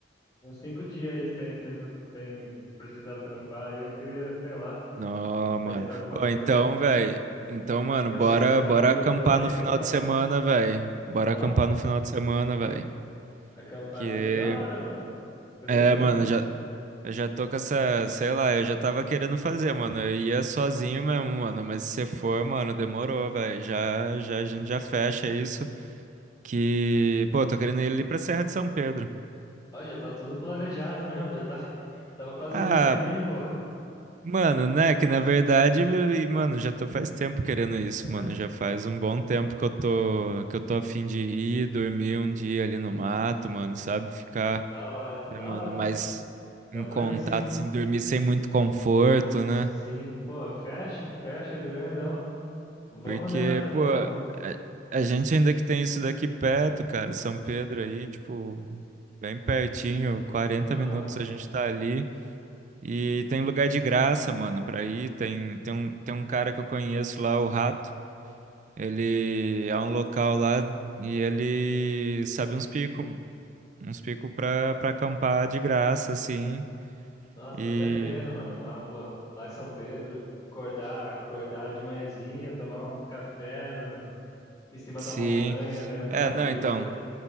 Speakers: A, on the left; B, on the right.
A: uns cinco dias aí sem, sem, sem precisar trampar. Aí eu queria, sei lá,
B: Nó, mano.
A: pensar alguma
B: Ô,
A: coisa.
B: então, velho. Então, mano,
A: E eu
B: bora,
A: sei que você tá
B: bora
A: livre
B: acampar
A: também,
B: no final
A: não tá
B: de
A: não?
B: semana, velho. Bora
A: Ó,
B: acampar no final de semana, velho.
A: acampar
B: Que.
A: seria da hora, mano. Interessante.
B: É, mano, já, eu já tô com essa. Sei lá, eu já tava querendo fazer, mano. Eu ia sozinho mesmo, mano. Mas se você for, mano, demorou, velho. Já, já, a gente já fecha isso. Que. Pô, tô querendo ir ali pra Serra de São Pedro.
A: Ó, já tá tudo planejado mesmo, já tá Tava quase
B: Ah,
A: indo sem mim, pô.
B: mano, né? Que na verdade, e, mano, já tô faz tempo querendo isso,
A: É,
B: mano. Já faz um bom tempo que eu tô, que eu tô a fim de ir dormir um dia ali no mato, mano, sabe? Ficar,
A: da hora,
B: né,
A: da
B: mano,
A: hora,
B: mais
A: mano. Dá
B: em
A: pra
B: contato,
A: ir sim.
B: assim, dormir sem muito conforto, né?
A: Sim. Pô, fecha, fecha, grandão. Vamos
B: Porque,
A: nessa, pô,
B: pô, a,
A: vamos.
B: a gente ainda que tem isso daqui perto, cara, São Pedro aí, tipo, bem pertinho, quarenta
A: Aham,
B: minutos a gente tá ali. E tem lugar de graça, mano, pra ir. Tem, tem um, tem um cara que eu conheço lá, o Rato. Ele é um local lá e ele
A: sim.
B: sabe uns picos, uns picos pra, pra acampar de graça, assim.
A: Nossa,
B: E
A: tô até vendo, mano. Mas, pô, lá em São Pedro, acordar, acordar de manhãzinha, tomar um café no, em cima
B: sim.
A: da montanha, vendo aquela
B: É, não,
A: vista.
B: então.